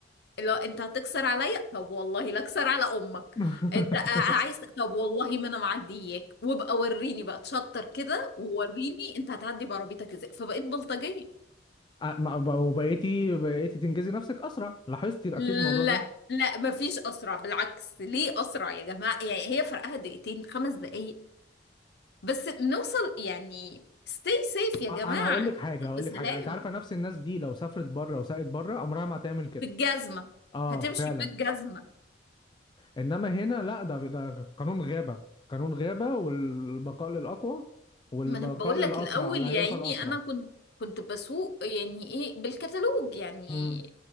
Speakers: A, on the left; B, on the left.
A: اللي هو انت هتكسر عليا طب والله لا اكسر على امك
B: <laughs>
A: انت ع- عايز طب والله ما انا معدياك وابقى وريني بقى تشطر كده ووريني انت هتعدي بعربيتك ازاي فبقيت بلطجية
B: أ- ما- ب- وبقيتي بقيتي تنجزي نفسك اسرع لاحظتي
A: لا
B: اكيد الموضوع ده
A: لا مفيش اسرع بالعكس ليه اسرع يا جماعه يعني هي فرقها دقيقتين خمس دقايق بس نوصل يعني stay safe يا جماعة
B: أ- انا هقول لك
A: نوصل
B: حاجه هقول
A: بسلام
B: لك حاجه انت عارفه نفس الناس دي لو سافرت بره وسقت بره عمرها ما هتعمل كده
A: بالجزمة
B: اه
A: هتمشي
B: فعلا
A: بالجزمة
B: انما هنا لا ده ده قانون غابه قانون غابه والبقاء للاقوى والبقاء
A: ما انا بقول
B: للاسرع
A: لك الاول
B: اللي
A: يا
B: هيوصل
A: عيني
B: اسرع
A: انا كنت كنت بسوق يعني ايه بالكتالوج يعني
B: مم.